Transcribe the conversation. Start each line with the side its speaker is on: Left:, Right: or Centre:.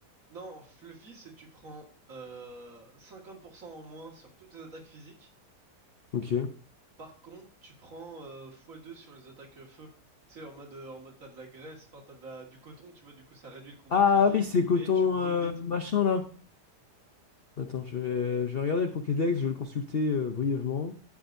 Right: Non, Fluffy, c'est tu prends euh, 50% en moins sur toutes les attaques physiques.
Left: Ok.
Right: Par contre, tu prends euh, x2 sur les attaques euh, feu. Tu sais, en mode, euh, en mode t'as de la graisse, enfin t'as de la... du coton, tu vois, du coup ça réduit le contact
Left: Ah
Right: physique,
Left: oui, c'est
Right: mais
Left: coton
Right: tu brûles
Left: euh,
Right: vite.
Left: machin là. Attends, je vais, je vais regarder le Pokédex, je vais le consulter euh, brièvement.